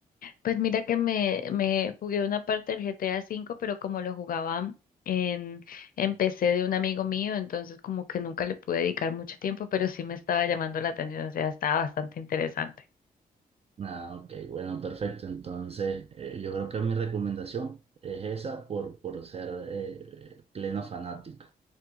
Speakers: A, on the left (about 60°); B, on the right (about 40°).
A: Pues mira que me, me jugué una parte del GTA V, pero como lo jugaba en, en PC de un amigo mío, entonces como que nunca le pude dedicar mucho tiempo, pero sí me estaba llamando la atención, o sea, estaba bastante interesante.
B: Ah, ok, bueno, perfecto. Entonces eh, yo creo que mi recomendación es esa por, por ser eh, pleno fanático.